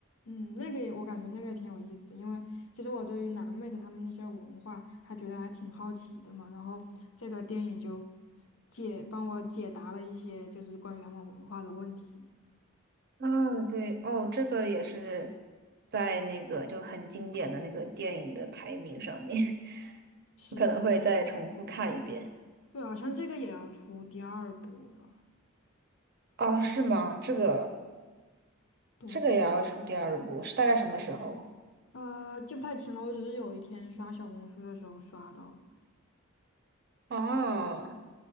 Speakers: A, on the left (about 65°); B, on the right (about 50°).
A: 嗯，那个也我感觉那个也挺有意思的，因为其实我对于南美的他们那些文化还觉得还挺好奇的嘛。然后这个电影就解帮我解答了一些就是关于他们文化的问题。
B: 啊，对，哦，这个也是在那个就很经典的那个电影的排名上面，<laughs>
A: 是，
B: 我可能会再重复看一遍。
A: 对，好像这个也要出第二部了。
B: 哦，是吗？这个
A: 对，
B: 这个也要出第二部，是大概什么时候？
A: 呃，记不太清了，我只是有一天刷小红书的时候刷到了。
B: 哦，